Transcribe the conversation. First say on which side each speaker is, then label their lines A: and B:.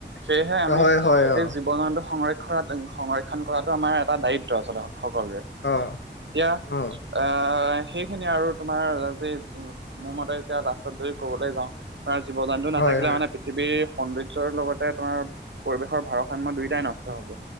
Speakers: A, on the right (about 75°); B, on the left (about 85°).
A: সেয়েহে আমি
B: হয়,
A: সেই
B: হয়, অ',
A: জীৱ-জন্তু সংৰক্ষণ সংৰক্ষণ কৰাটো আমাৰ এটা দায়িত্ব আচলতে সকলোৰে এতিয়া-
B: অ', অ',
A: আঁহ', -সেইখিনি আৰু তোমাৰ যি মোৰ মতে এতিয়া লাষ্টত যদি ক'বলৈ যাওঁ- তা'ত জীৱ-জন্তু নাথাকিলে
B: হয়, হয়,
A: মানে- পৃথিৱীৰ সৌন্দৰ্যৰ লগতে তোমাৰ পৰিৱেশৰ ভাৰসাম্য দুয়োটাই নষ্ট হ'ব।